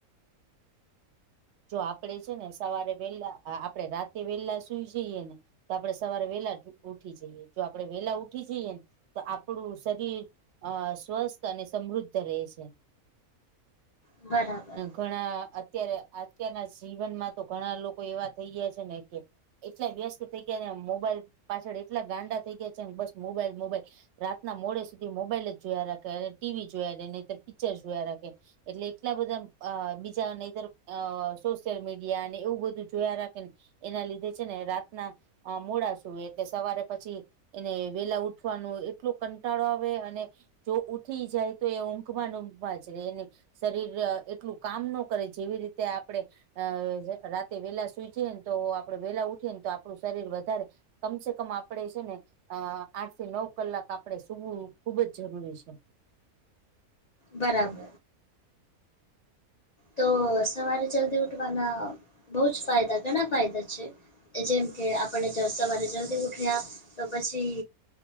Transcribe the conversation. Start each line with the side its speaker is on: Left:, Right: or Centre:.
Right: જો આપડે છે ને સવારે વેહલા આપણે રાતે વેલા સુઈ જઈએ ને, તો આપણે સવારે વેલા ઉઠી જઈએ જો આપડે વેલા ઉઠી જઈએ ને તો આપણું શરીર અ સ્વસ્થ અને સમૃદ્ધ રહે છે.
Left: બરાબર.
Right: ઘણા અત્યારે અત્યારના જીવનમાં તો ઘણા લોકો એવા થઈ ગયા છે ને કે, એટલા વ્યસ્ત થઇ ગયા મોબાઈલ પાછળ એટલા ગાંડા થઈ ગયા છે બસ મોબાઈલ મોબાઈલ. રાતના મોડે સુધી મોબાઈલ જ જોયા રાખે અને ટીવી જોયા રહે નહિતર પિક્ચર જોયા રાખે. એટલે એટલા બધા અ બીજા નહિતર અ સોશિયલ મીડિયા અને એવું બધું જોયા રાખે ને, એના લીધે છે ને રાતના મોડા સૂવે એટલે સવારે પછી એને વેલા ઉઠવાનો એટલો કંટાળો આવે અને જો ઊઠી જાય તો એ ઊંઘમાં ને ઊંઘમાં જ રહે ને શરીર એટલું કામ ન કરે, જેવી રીતે આપડે અ રાતે વેલા સુઈ જઈએ ને તો આપડે વેલા ઉઠે ને તો આપણું શરીર વધારે કમસે કમ આપડે છે ને અ આઠથી નવ કલાક આપણેે સુૂવું ખુબ જ જરૂરી છે.
Left: બરાબર તો સવારે જલ્દી ઉઠવાના બહુ જ ફાયદા ઘણા ફાયદા છે. જેમ કે આપણે સવારે જલ્દી ઉઠ્યા તો પછી